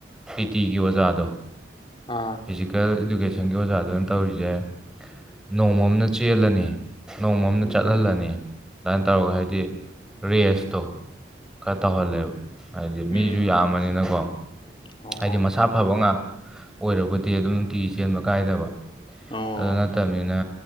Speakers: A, in the centre; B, on the left.
A: ꯇꯤ ꯇꯤꯒꯤ ꯑꯣꯖꯥꯗꯣ
B: ꯑꯥ
A: ꯐꯤꯖꯤꯀꯦꯜ ꯏꯗꯨꯀꯦꯁꯟꯒꯤ ꯑꯣꯖꯥꯗꯨꯅ ꯇꯧꯔꯤꯁꯦ ꯅꯣꯡꯃ ꯑꯃꯅ ꯆꯦꯜꯂꯅꯤ ꯅꯣꯡꯃ ꯑꯃꯗ
B: ꯎꯝ
A: ꯆꯠꯍꯜꯂꯅꯤ ꯑꯗꯨꯃꯥꯏꯅ ꯇꯧꯔꯒ ꯍꯥꯏꯗꯤ ꯔꯦꯁꯇꯣ ꯈꯔ ꯇꯧꯍꯜꯂꯦꯕ ꯍꯥꯏꯗꯤ
B: ꯎꯝ
A: ꯃꯤꯁꯨ ꯌꯥꯝꯕꯅꯤꯅꯀꯣ
B: ꯑꯣ
A: ꯍꯥꯏꯗꯤ ꯃꯁꯥ ꯐꯕ ꯉꯥꯛ ꯑꯣꯏꯔꯕꯗꯤ ꯑꯗꯨꯝ ꯅꯨꯡꯇꯤꯒꯤ ꯆꯦꯟꯕ ꯀꯥꯏꯗꯕ
B: ꯑꯣ
A: ꯑꯗꯨ ꯅꯠꯇꯕꯅꯤꯅ